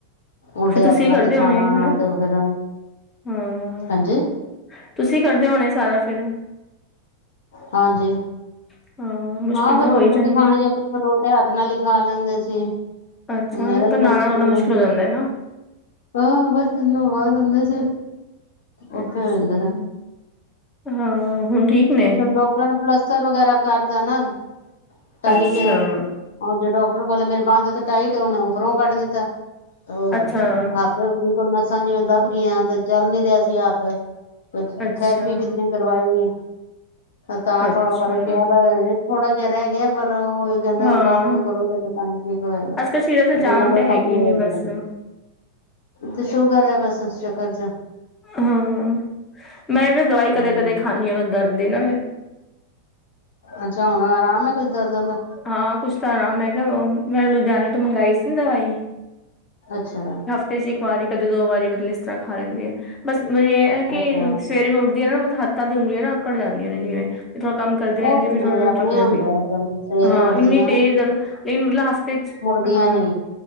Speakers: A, on the left; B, on the left.
A: ਉਲਟੇ
B: ਫੇਰ ਤੁਸੀਂ
A: ਹੱਥ ਨਾਲ
B: ਕਰਦੇ
A: ਹੀ ਖਾਣਾ
B: ਹੋਣੇ ਹਨਾ,
A: ਤੇ ਫਿਰ
B: ਹਾਂ।
A: ਹਾਂਜੀ
B: ਤੁਸੀਂ ਕਰਦੇ ਹੋਣੇ ਸਾਰਾ ਫਿਰ।
A: ਹਾਂਜੀ,
B: ਹਾਂ ਮੁਸ਼ਕਿਲ
A: ਹਾਂ ਫੇਰ
B: ਤਾਂ
A: ਰੋਟੀ
B: ਹੋ ਹੀ
A: ਰੁਟੀ
B: ਜਾਂਦੀ
A: ਖਾਣੀ ਐ ਕੋਈ। ਫੇਰ ਉਲਟੇ ਹੱਥ ਨਾਲ ਹੀ ਖਾ ਲੈਂਦੇ ਸੀ।
B: ਅੱਛਾ,
A: ਮੇਰਾ
B: ਫੇਰ ਤੇ
A: ਵੀ
B: ਨਾਣਾ
A: ਫਿਰ ਸਕੂਲ
B: ਨੁਣਾ ਮੁਸ਼ਕਿਲ
A: ਹੁੰਦਾ
B: ਹੋ ਜਾਂਦਾ ਨਾ।
A: ਹਾਂ, ਬਸ ਇਹਨੂੰ ਬਹਿ ਜਾਂਦੇ ਸੀ। ਔਖੇ
B: ਅੱਛਾ,
A: ਹੋ ਜਾਂਦੇ
B: ਹਾਂ ਹੁਣ ਠੀਕ ਨੇ
A: ਡਾਕਟਰ ਨੇ ਪਲਸਤਰ ਵਗੈਰਾ ਕਰਤਾ ਨਾ, ਟਾਈਟ
B: ਅੱਛਾ
A: ਐ। ਉਹ ਜੇ ਡਾਕਟਰ ਬੋਲੇ ਆ ਮੇਰੀ ਬਾਂਹ ਤੇ ਟਾਈਟ ਏ, ਉਹਨੇ ਉੱਪਰੋਂ ਕੱਟ ਦਿੱਤਾ, ਤੇ ਉਹ
B: ਅੱਛਾ
A: ਹੱਥ ਕੋਈ ਨਸਾਂ ਜਿਵੇਂ ਦੱਬ ਗਈਆਂ, ਤੇ ਚੱਲ ਨੀ ਰਿਹਾ ਸੀ ਹੱਥ, ਫੇਰ
B: ਅੱਛਾ
A: ਥੈਰੇਪੀ ਕਿਤੇ ਨੀ ਕਰਵਾਈ ਤਾਂ
B: ਅੱਛਾ
A: ਥੋੜਾ ਫਰਕ ਪਿਆ, ਪਰ ਥੋੜਾ ਜਿਹਾ ਰਹਿ ਗਿਆ, ਪਰ ਉਹ ਕਹਿੰਦੇ
B: ਹਾਂ
A: ਹੁਣ ਕੰਮ ਕੁੰਮ ਕਰੋਗੇ, ਤੇ ਤਾਂਹੀ ਠੀਕ ਹੋਏਗਾ,
B: ਅੱਜ ਕੱਲ੍ਹ ਸ਼ਰੀਰਾਂ ਤੇ ਜਾਨ
A: ਕੋਈ ਨਾ
B: ਤੇ
A: ਕੋਈ
B: ਹੈਗੀ
A: ਕੰਮ ਈ ਰਹਿ
B: ਨੀ
A: ਹੀ
B: ਬਸ
A: ਜਾਂਦੀ। ਤੇ ਸ਼ੂਗਰ ਐ, ਬਸ ਉਸ ਚਕਰ ਚ।
B: ਹੂੰ, ਮੈਂ ਵੀ ਦਵਾਈ
A: ਹਮ
B: ਕਦੇ- ਕਦੇ ਖਾਂਦੀ ਹਾਂ, ਬਸ ਦਰਦ ਦੀ ਨਾ ਮੈਂ।
A: ਅੱਛਾ, ਹੁਣ ਆਰਾਮ ਐ, ਕੁੱਝ ਦਰਦਾਂ ਦਾ।
B: ਹਾਂ ਕੁਛ ਤਾਂ ਆਰਾਮ ਹੈਗਾ, ਮੈਂ ਲੁਧਿਆਣੇ ਤੋਂ ਮੰਗਾਈ ਸੀ ਨਾ ਦਵਾਈ।
A: ਅੱਛਾ
B: ਹਫਤੇ ਚ ਇੱਕ ਵਾਰੀ, ਕਦੇ ਦੋ ਵਾਰੀ ਮਤਲਬ ਇਸ ਤਰ੍ਹਾਂ ਖਾ ਲੈਂਦੇ ਐ, ਬਸ ਵਧੀਆ। ਇਹ ਕਿ
A: ਅੱਛਾ
B: ਸਵੇਰੇ ਮੈਂ ਉੱਠਦੀਆਂ ਨਾ, ਮਤਲਬ ਹੱਥਾਂ ਦੀ ਉਂਗਲੀਆਂ ਨਾ ਆਕੜ ਜਾਂਦੀਆਂ ਨੇ ਜਿਵੇਂ। ਥੋੜਾ ਕੰਮ ਕਰਦੀ ਰਹਿੰਦੀ
A: ਉਹ ਤੇ
B: ਆ, ਫਿਰ
A: ਮੇਰੇ
B: ਥੋੜੀ- ਥੋੜੀ
A: ਆਪਣੇ
B: ਠੀਕ ਜਾਂਦੀ
A: ਹੁੰਦਾ
B: ਏ,
A: ਏਦਾਂ ਹੀ ਸਵੇਰੇ
B: ਹਾਂ
A: ਉੱਠਦੀਆਂ
B: ਇੰਨੀ ਤੇਜ਼ ਲੇਕਿਨ ਮਤਲਬ ਹਫ਼ਤੇ ਚ
A: ਵਧੀਆ
B: ਹਾਂ
A: ਨੀ